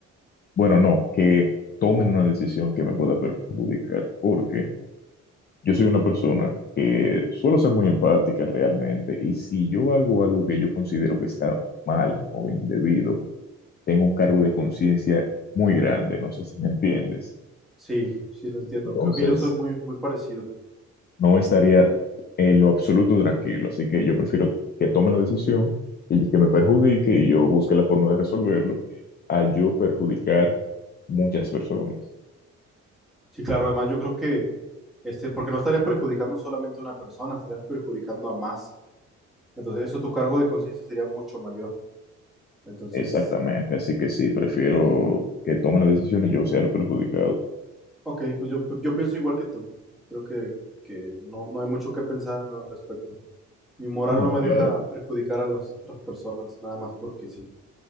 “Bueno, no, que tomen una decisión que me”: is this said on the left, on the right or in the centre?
Left